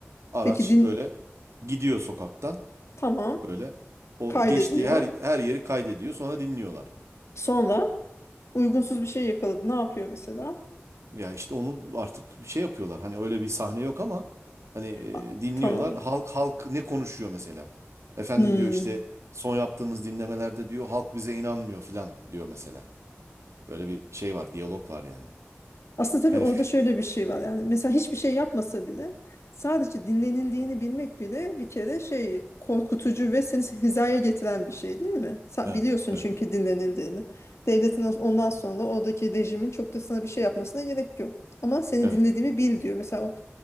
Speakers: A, on the right; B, on the left.
A: Araç
B: Peki din
A: böyle gidiyor sokaktan
B: tamam
A: böyle o
B: kaydediyor.
A: geçtiği her her yeri kaydediyor sonra dinliyorlar.
B: Sonra uygunsuz bir şey yakaladı. Ne yapıyor mesela?
A: Ya işte onu artık şey yapıyorlar. Hani öyle bir sahne yok ama hani e,
B: A-
A: dinliyorlar.
B: Tamam.
A: Halk halk ne konuşuyor mesela? Efendim
B: Hmm.
A: diyor işte son yaptığımız dinlemelerde diyor halk bize inanmıyor filan diyor mesela. Böyle bir şey var, diyalog var yani.
B: Aslında tabii
A: Yani
B: orada şöyle bir şey var yani mesela hiçbir şey yapmasa bile sadece dinlenildiğini bilmek bile bir kere şey korkutucu ve seni <laughs> hizaya getiren bir şey değil mi? Sen
A: evet,
B: biliyorsun
A: evet,
B: çünkü dinlenildiğini. Devletin o- ondan sonra oradaki rejimin çok da sana bir şey yapmasına gerek yok. Ama seni
A: evet.
B: dinlediğimi bil diyor. Mesela o